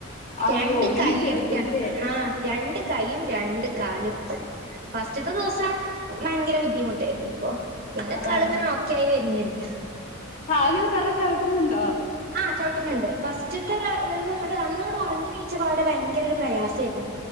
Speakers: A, on the left; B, on the right.
A: അയ്യോ
B: രണ്ട്
A: ഒരുമിച്ചെടുത്തു
B: കൈയും ര
A: ഇല്ലേ
B: ആ രണ്ട് കൈയും രണ്ട് കാലും ഫസ്റ്റത്തെ ദിവസ വയങ്കര ബുദ്ധിമുട്ടേരുന്നു ഇപ്പൊ ല്ലക്കാളിങ്ങനെ
A: ആഹ്
B: ഓക്കെ ആയി വരുന്ന്ണ്ട്
A: കാല് തറേ ചവിട്ടുന് <unintelligible>
B: ആ ചവിട്ടിനുണ്ട് ഫസ്റ്റത്തെ റന്ന്ങ്ങട് അന്ന്ങ്ങട് ഒറങ്ങി <unintelligible> ഈച്ചപാടെ ഭയങ്കരൊരു പ്രയാസേയിരുന്നു